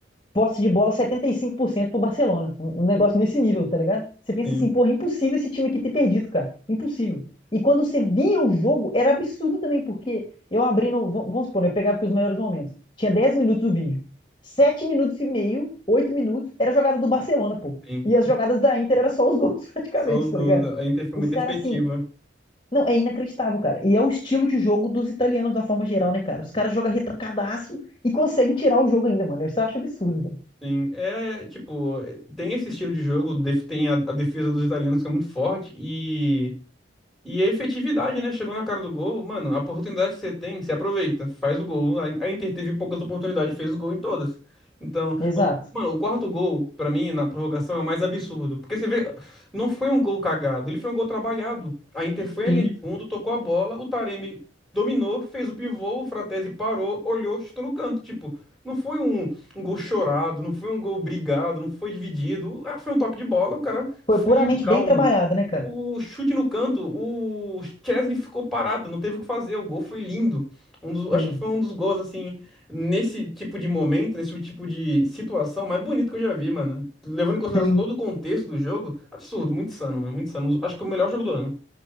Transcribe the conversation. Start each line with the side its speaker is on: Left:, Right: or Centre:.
Left: posse de bola 75% pro Barcelona. Um um negócio nesse nível, tá ligado? Você pensa
Centre: sim.
Left: assim, porra, é impossível esse time aqui ter perdido, cara. Impossível. E quando você via o jogo, era absurdo também, porque eu abri no. vam- Vamos supor, né, eu pegava aqui os melhores momentos. Tinha 10 minutos o vídeo. sete minutos e meio, 8 minutos, era jogada do Barcelona, pô.
Centre: sim.
Left: E as jogadas da Inter era só os <laughs> gols, praticamente,
Centre: Só os gols.
Left: tá ligado?
Centre: A Inter foi
Left: Os
Centre: muito
Left: caras,
Centre: efetiva.
Left: assim. Não, é inacreditável, cara. E é o estilo de jogo dos italianos, da forma geral, né, cara? Os caras jogam retrancadaço e conseguem tirar o jogo ainda, mano. Isso eu acho absurdo, velho.
Centre: Sim. É, tipo, tem esse estilo de jogo, def- tem a, a defesa dos italianos que é muito forte e E a efetividade, né? Chegou na cara do gol, mano, a oportunidade que você tem, você aproveita, faz o gol. A a Inter teve poucas oportunidades, fez o gol em todas. Então,
Left: Exato.
Centre: o- mano, o quarto gol, pra mim, na prorrogação, é o mais absurdo. Porque você vê, não foi um gol cagado, ele foi um gol trabalhado. A Inter foi à
Left: Sim,
Centre: linha de fundo, tocou a bola, o Taremi dominou, fez o pivô, o Fratesi parou, olhou, chutou no canto. Tipo, não foi um, um gol chorado, não foi um gol brigado, não foi dividido. Ah, foi um toque de bola, o cara
Left: Foi
Centre: frio,
Left: puramente
Centre: calmo.
Left: bem trabalhado, né, cara?
Centre: O chute no canto, o Chesney ficou parado, não teve o que fazer. O gol foi lindo. Um dos, acho
Left: Sim.
Centre: que foi um dos gols, assim, nesse tipo de momento, nesse tipo de situação mais bonito que eu já vi, mano. Levando em consideração
Left: sim.
Centre: todo o contexto do jogo, absurdo, muito insano, mano, muito insano. Acho que o melhor jogo do ano.